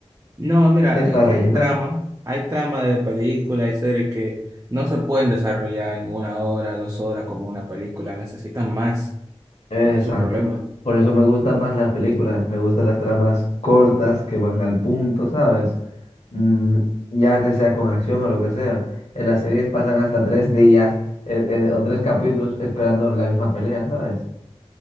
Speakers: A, on the right; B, on the left.
A: no, mira,
B: Es
A: es
B: para
A: que
B: rellenar.
A: hay trama, hay trama de películas hay series que no se pueden desarrollar en una hora, dos horas como una película, necesitan más,
B: Exacto.
A: ese es su problema.
B: Por eso me gustan más las películas, me gustan las tramas cortas que van al punto, ¿sabes? Mm, ya que sea con acción o lo que sea. En las series pasan hasta tres días eh, eh, o tres capítulos esperando la misma pelea, ¿sabes?